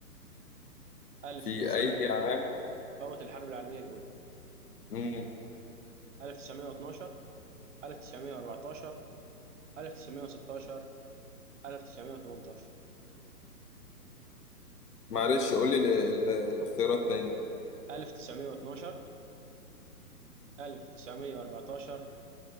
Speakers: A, on the right (about 50°); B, on the left (about 75°).
A: 1900
B: في أي عام
A: قامت الحرب العالمية الأولى
B: مم.
A: 1912 1914 1916 1918
B: معلش قول لي ال- ال- الاختيارات تاني
A: 1912 1914